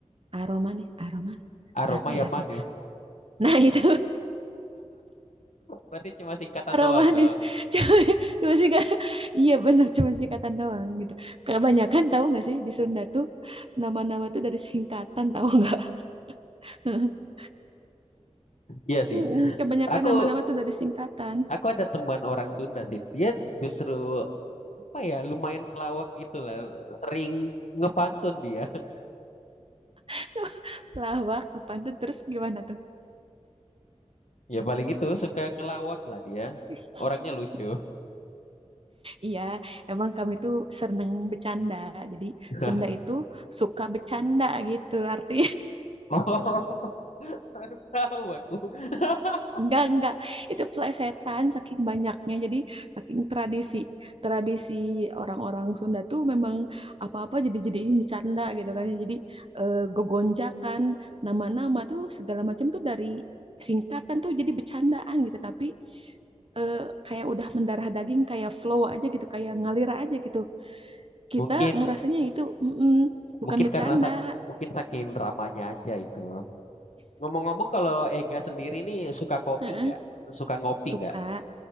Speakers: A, on the right (about 50°); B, on the left (about 80°).
A: aromanis, aromanis
B: Aroma
A: apa
B: yang
A: ya
B: manis.
A: artinya? Nah <laughs> itu
B: Berarti cuma singkatan
A: aromatis
B: doang dong.
A: <laughs> cuma, cuma sih kak iya bener cuma singkatan doang gitu kebanyakan tahu nggak sih di Sunda tuh nama-nama tuh dari singkatan tahu nggak <laughs>
B: Iya sih.
A: Mm-mm, kebanyakan
B: Aku
A: nama-nama tuh dari singkatan
B: aku ada teman orang Sunda sih. Dia justru apa ya lumayan pelawak gitu lah. Sering ngepantun dia. <laughs>
A: <laughs> lawak kepantun terus gimana tuh
B: Ya paling itu suka ngelawak lah dia.
A: <laughs>
B: Orangnya lucu.
A: iya emang kami tuh seneng bercanda jadi
B: <laughs>
A: Sunda itu suka bercanda gitu arti
B: Oh, baru tahu aku. <laughs>
A: Enggak, enggak. Itu plesetan saking banyaknya. Jadi saking tradisi. Tradisi orang-orang Sunda tuh memang apa-apa jadi-jadiin bercanda gitu kan. Jadi eh, gogonjakan nama-nama tuh segala macam tuh dari singkatan tuh jadi bercandaan gitu. Tapi eh, kayak udah mendarah daging kayak flow aja gitu, kayak ngalir aja gitu. Kita
B: Mungkin
A: ngerasanya itu mm-mm, bukan
B: mungkin
A: bercanda.
B: karena sak- mungkin saking ramanya aja itu. Ngomong-ngomong kalau Ega sendiri nih suka kopi
A: Heeh.
B: nggak? Suka ngopi
A: Suka,
B: nggak?